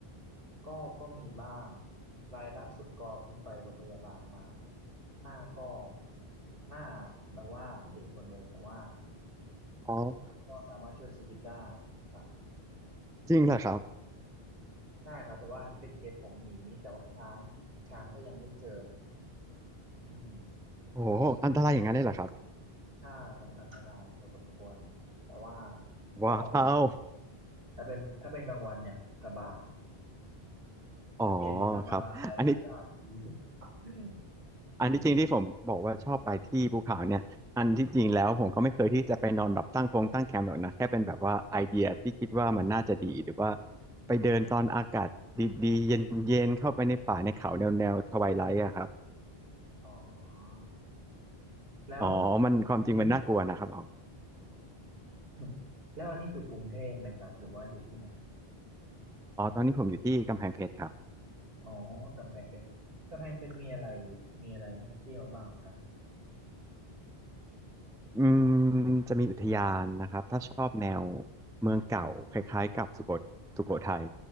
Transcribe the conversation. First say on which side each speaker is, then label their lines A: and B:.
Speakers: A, on the right; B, in the centre.
A: ก็ก็มีบ้าง รายล่าสุดก็เพิ่งไปโรงพยาบาลมา หน้าก็หน้าแบบว่าเละหมดเลย แต่ว่า
B: อ๋อ
A: เขาก็สามารถช่วยชีวิตได้ครับ
B: จริงเหรอครับ
A: ใช่ครับแต่ว่าอันนี้เป็นเคสของหมี แต่ว่าช้างช้างก็ยังไม่เจอ อืม
B: โอ้โหอันตรายอย่างนั้นเลยเหรอครับ
A: ใช่ครับมันอันตรายพอสมควรครับแต่ว่าก็
B: ว้าว
A: ถ้าเป็นถ้าเป็นกลางวันเนี่ยสบาย
B: อ๋อ
A: เย็นสบาย
B: ครับอันนี้
A: อากาศดี <laughs>
B: อันที่จริงที่ผมบอกว่าชอบไปที่ภูเขาเนี่ยอันที่จริงแล้วผมก็ไม่เคยที่จะไปนอนแบบตั้งโครงตั้งแคมป์หรอกนะแค่เป็นแบบว่าไอเดียที่คิดว่ามันน่าจะดีหรือว่าไปเดินตอนอากาศดีๆเย็นๆเข้าไปในป่าในเขาแนวแนวทไวไลท์อะครับ
A: อ๋อ แล้ว
B: อ๋อมันความจริงมันน่ากลัวนะครับอ๋อ
A: <laughs> แล้วอันนี้อยู่กรุงเทพไหมครับหรือว่าอยู่ที่ไหน
B: <laughs> อ๋อตอนนี้ผมอยู่ที่กำแพงเพชรครับ
A: อ๋อกำแพงเพชรกำแพงเพชรมีอะไรมีอะไรน่าเที่ยวบ้างครับ
B: อืมจะมีอุทยานนะครับถ้าชอบแนวเมืองเก่าคล้ายๆกับสุโขสุโขทัย